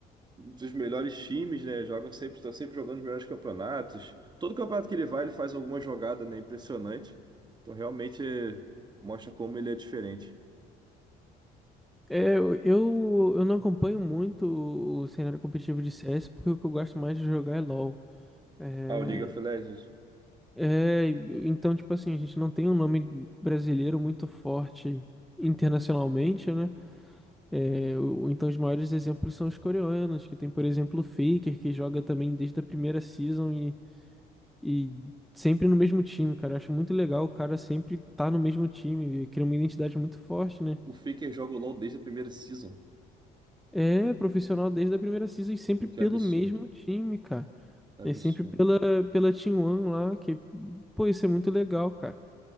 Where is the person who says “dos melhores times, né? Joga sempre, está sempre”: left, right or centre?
Right